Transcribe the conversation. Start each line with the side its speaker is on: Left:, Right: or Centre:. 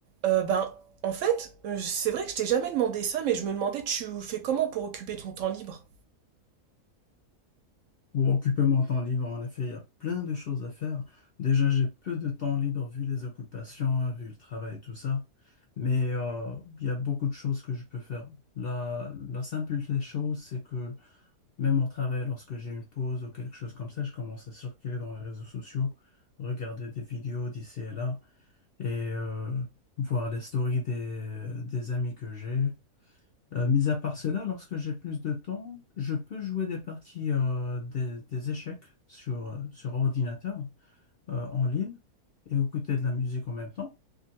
Right: Euh, ben, en fait, euh, c'est vrai que je t'ai jamais demandé ça, mais je me demandais tu fais comment pour occuper ton temps libre?
Left: Pour occuper mon temps libre, en effet, il y a plein de choses à faire. Déjà, j'ai peu de temps libre vu les occupations, hein, vu le travail et tout ça. Mais euh, il y a beaucoup de choses que je peux faire. La, la simple des choses, c'est que même au travail, lorsque j'ai une pause ou quelque chose comme ça, je commence à circuler dans les réseaux sociaux, regarder des vidéos d'ici et là et euh, voir les stories des, des amis que j'ai. Euh, mis à part cela, lorsque j'ai plus de temps, je peux jouer des parties euh, des, des échecs sur, euh, sur ordinateur euh, en ligne et écouter de la musique en même temps.